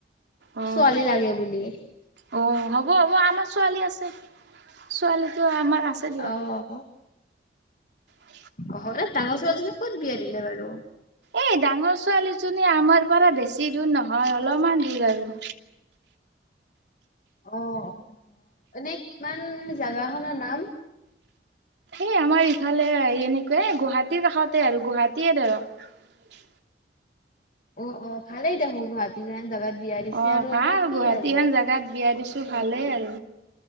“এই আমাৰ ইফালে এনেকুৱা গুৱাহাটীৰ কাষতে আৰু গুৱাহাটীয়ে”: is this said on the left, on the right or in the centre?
Right